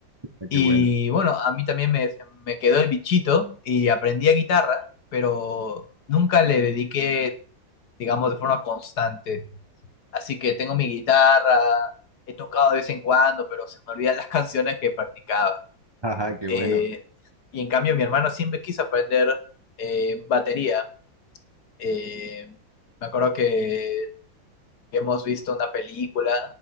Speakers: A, on the right; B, on the left.
A: ah,
B: Y
A: qué bueno,
B: bueno, a mí también me, me quedó el bichito y aprendí a guitarra, pero nunca le dediqué, digamos, de forma constante. Así que tengo mi guitarra, he tocado de vez en cuando, pero se me olvidan <laughs> las canciones que practicaba.
A: <laughs> ajá, qué
B: Eh,
A: bueno.
B: y en cambio mi hermano siempre quiso aprender eh, batería. Eh, me acuerdo que hemos visto una película,